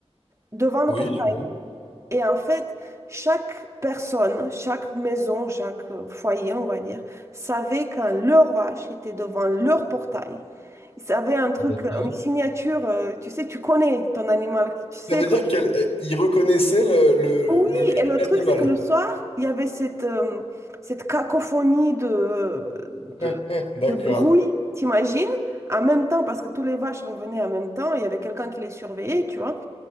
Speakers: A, on the right; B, on the left.
A: devant le
B: Oui,
A: portail.
B: sûrement.
A: Et en fait, chaque personne, chaque maison, chaque euh, foyer, on va dire, savait quand leur vache était devant leur portail. Ils avaient un truc,
B: Ok.
A: euh, une signature, euh, tu sais, tu connais ton animal, tu sais
B: Ça veut
A: qu'on-
B: dire qu'il reconnaissait le, le,
A: Oui,
B: le cri
A: et le
B: de
A: truc,
B: l'animal.
A: c'est que le soir, il y avait cette, euh, cette cacophonie de, de,
B: <laughs> D'accord.
A: de bruit, t'imagines? En même temps, parce que tous les vaches revenaient en même temps, il y avait quelqu'un qui les surveillait, tu vois,